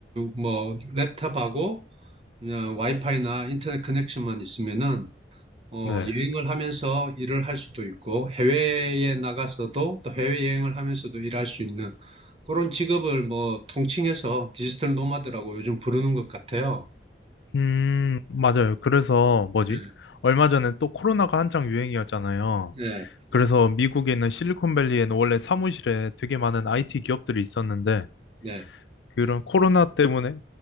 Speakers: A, on the right; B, on the left.
A: 뭐, 랩탑하고 그냥 와이파이나 인터넷 커넥션만 있으면은, 어,
B: 네.
A: 여행을 하면서 일을 할 수도 있고, 해외에 나가서도 또 해외여행을 하면서도 일할 수 있는 그런 직업을 뭐, 통칭해서 디지털 노마드라고 요즘 부르는 것 같아요.
B: 음, 맞아요. 그래서, 뭐지?
A: 네,
B: 얼마 전에 또 코로나가 한창 유행이었잖아요.
A: 네,
B: 그래서 미국에 있는 실리콘밸리에는 원래 사무실에 되게 많은 IT 기업들이 있었는데,
A: 네,
B: 그런 코로나 때문에